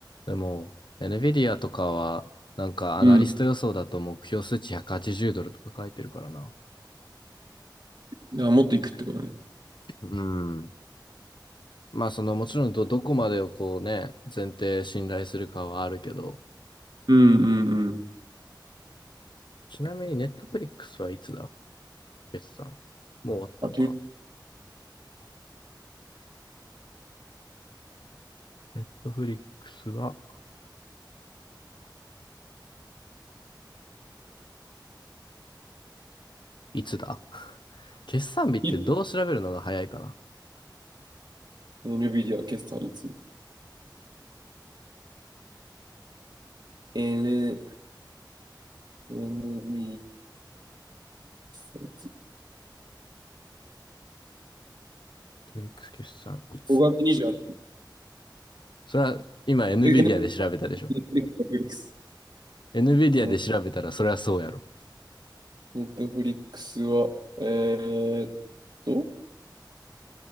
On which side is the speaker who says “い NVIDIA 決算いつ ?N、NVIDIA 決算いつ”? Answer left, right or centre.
Right